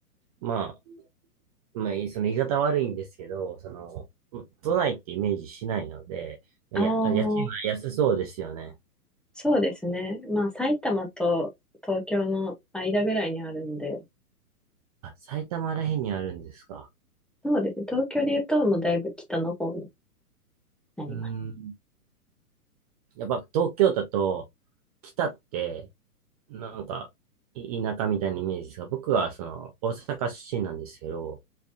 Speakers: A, on the right (about 25°); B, in the centre.
A: う、まあ、まあ、いその言い方悪いんですけど、その、都内ってイメージしないので、
B: ああ、
A: いや、家賃は安そうですよね。
B: そうですね。まあ、埼玉と東京の間ぐらいにあるんで、
A: あ、埼玉らへんにあるんですか。
B: そうですね。東京で言うと、もうだいぶ北の方になります。
A: うーん。やっぱ東京だと、北って、なんか、い田舎みたいなイメージですが、僕はその、大阪出身なんですけど、